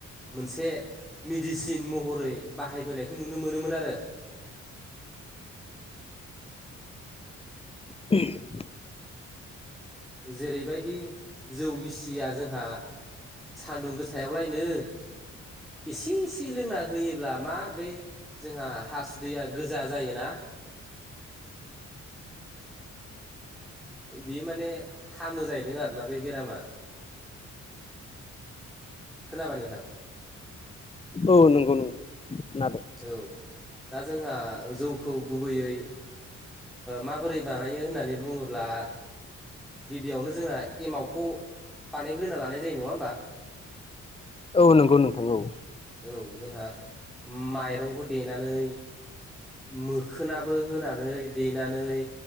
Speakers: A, in the centre; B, on the left.
A: मोनसे मेडिसिन महरै बाहायबोनायखौ नुनो मोनोमोन आरो
B: <inaudible>
A: जेरैबायदि जौ गिसिया जोंहा सान्दुं गोसायावलायनो एसे एसे लोंना होयोब्ला मा बै जोंहा हासुदैया गोजा जायोना बियो माने हामो जाहैदों आरोना बे बेरामा खोनाबाय नोंथां
B: औ नंगौ नंगौ खोनादों
A: औ दा जोंहा जौखौ गुबैयै माबोरै बानायो होननानै बुङोब्ला गिबियावनो जोंना एमावखौ बानायग्रोना लानाय जायो नङा होमबा?
B: औ नंगौ नोंथां औ
A: औ जोंहा माइरंखौ देनानै मोखोनाबो होनानै देनानै